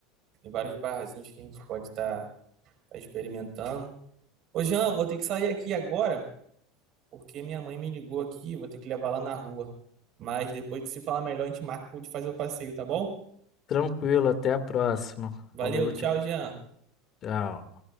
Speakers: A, on the right (about 50°); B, on the left (about 40°).
A: Tem vários barzinhos que a gente pode estar experimentando. Ô, Jean, eu vou ter que sair aqui agora, porque minha mãe me ligou aqui, vou ter que levar lá na rua. Mas depois de se falar melhor, a gente marca de fazer o passeio, tá bom?
B: Tranquilo, até a próxima.
A: Valeu,
B: Falou,
A: tchau,
B: tchau,
A: Jean.
B: tchau.